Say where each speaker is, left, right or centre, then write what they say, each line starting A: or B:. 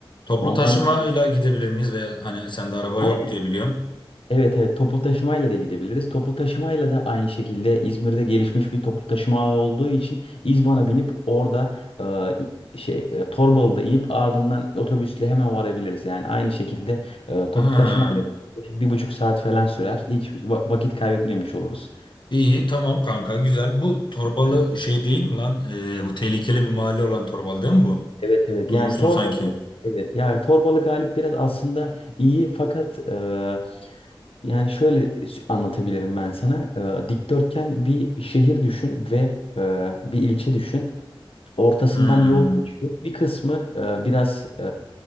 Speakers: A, on the left (about 55°); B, on the left (about 80°).
A: Toplu
B: Ondan
A: taşımayla gidebilir miyiz? Veya hani sende araba
B: aynen
A: yok diye biliyorum.
B: Evet evet toplu taşımayla da gidebiliriz. Toplu taşımayla da aynı şekilde İzmir'de gelişmiş bir toplu taşıma ağı olduğu için İzban'a binip orada e, şey e, Torbalı'da inip ardından otobüsle hemen varabiliriz. Yani aynı şekilde e, toplu
A: Ha.
B: taşımayla bir buçuk saat falan sürer. Hiç va- vakit kaybetmemiş oluruz.
A: İyi tamam kanka güzel. Bu Torbalı
B: Yani
A: şey değil mi lan? Ee, bu tehlikeli bir mahalle olan Torbalı değil mi bu?
B: Evet evet
A: Duymuştum
B: yani torbalı
A: sanki.
B: evet yani torbalı galip biraz aslında iyi fakat e, yani şöyle s- anlatabilirim ben sana E, dikdörtgen bir şehir düşün ve e, bir ilçe düşün ortasından
A: Hmm.
B: yol geçiyor bir kısmı e, biraz e,